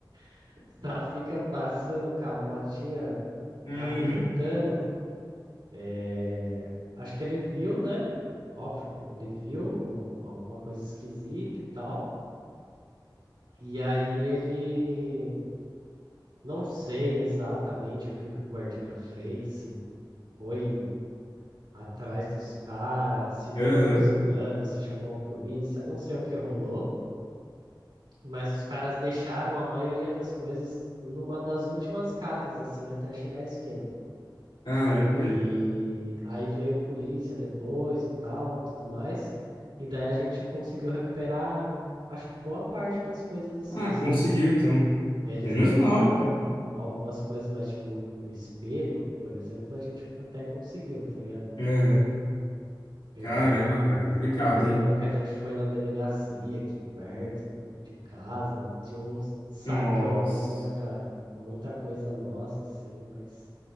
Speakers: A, on the right; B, on the left.
A: <laughs> Tá, fica passando com a motinha
B: Uhum.
A: apitando. É, acho que ele viu, né? Óbvio, ele viu al- alguma coisa esquisita e tal. E aí ele não sei exatamente o que que o guardinha fez, se foi atrás dos caras, se
B: Aham.
A: ficou buzinando, se chamou a polícia, não sei o que rolou, mas os caras deixaram a maioria das coisas numa das últimas casas, assim, até chegar à esquina.
B: Caramba, velho.
A: E aí veio polícia depois e tal, tudo mais. E daí a gente conseguiu recuperar, acho que boa parte das coisas assim,
B: Ah, conseguiu
A: sabe?
B: então.
A: Eles
B: Menos
A: levaram
B: mal, né, cara?
A: algumas coisas, mas tipo, o espelho, por exemplo, a gente até conseguiu, tá ligado?
B: Aham.
A: Pegar.
B: Caramba, cara, é complicado,
A: Aí lembro
B: hein?
A: que a gente foi na delegacia aqui perto do- de casa, tinha um sacão
B: Nossa.
A: assim, ó, ca- com muita coisa nossa, assim, mas